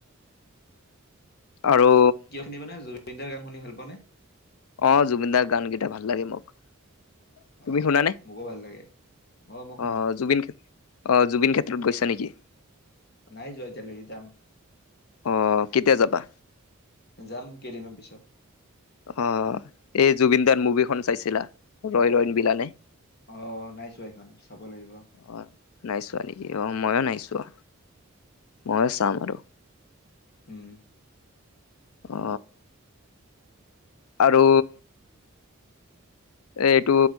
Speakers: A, on the left; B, on the left.
A: আৰু
B: <unintelligible> জুবিনদা গান শুনি ভাল পোৱাে নে
A: অ জুবিন দাৰ গানকেইটা ভাল লাগে মোক তুমি
B: অ
A: শুনা নে
B: মোকো ভাল লাগে মই শুনো
A: অ জুবিন অ জুবিন ক্ষেত্ৰত গৈছা নেকি
B: নাই যোৱা এতিয়ালৈকে যাম
A: অ কেতিয়া যাবা
B: যাম কেইদিনমান পিছত
A: অ এই জুবিন দাৰ মুভিখন চাইছিলা ৰৈ ৰৈ বিনালে
B: অ নাই চোৱা এইখন চাব লাগিব
A: অ নাইচোৱা নেকি অ ময়ো নাইচোৱা ময়ো চাম আৰু
B: উম
A: অ আৰু এ এইটো